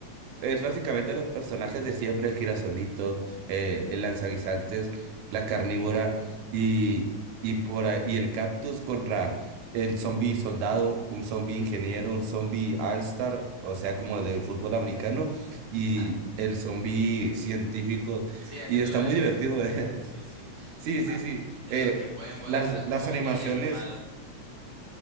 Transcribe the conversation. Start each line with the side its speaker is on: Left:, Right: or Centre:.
Right: es básicamente los personajes de siempre, el girasolito, eh, el lanzaguisantes, la carnívora y, y, por ahí- y el cactus contra el zombie soldado, un zombie ingeniero, un zombie all-star, o sea, como de fútbol americano, y
Left: <laughs>
Right: el zombie científico,
Left: Sí, eso
Right: y
Left: yo
Right: está
Left: lo he
Right: muy
Left: visto.
Right: divertido, <laughs>
Left: Sí, sí.
Right: Sí,
Left: Ah,
Right: sí, sí.
Left: de
Right: Eh,
Left: los que pueden volar,
Right: las,
Left: verás
Right: las
Left: cómo me
Right: animaciones
Left: caían mal.